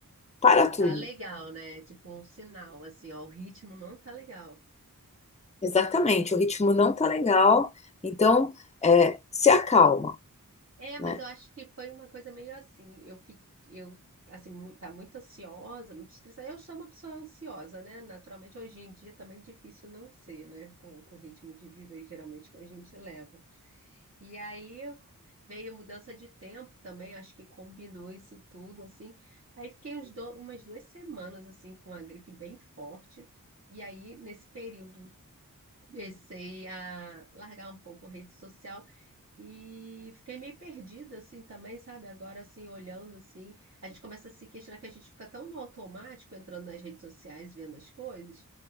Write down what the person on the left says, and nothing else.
para
tudo.
Exatamente, o ritmo não tá legal, então é, se acalma,
né?